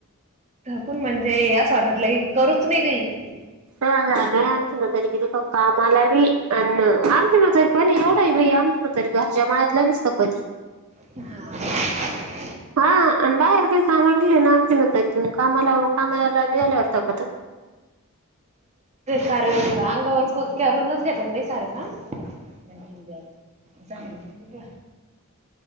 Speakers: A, on the right; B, on the right.
A: कून म्हणजे याच वाटटलं की करूच नाही काही.
B: आमच न तरी किती कामाला बी अ् आमच न तरी पण एवढ. भ आमच्या ना तरी घरच्या माळ्यातला विसत कध.
A: <inaudible>
B: हा अ बारक सामग्रील नाम तिनयतन कामला कामलाला वरतात.
A: तार. अंग वररूनच घेते ब साराच. म्हण केेलं जाांलं.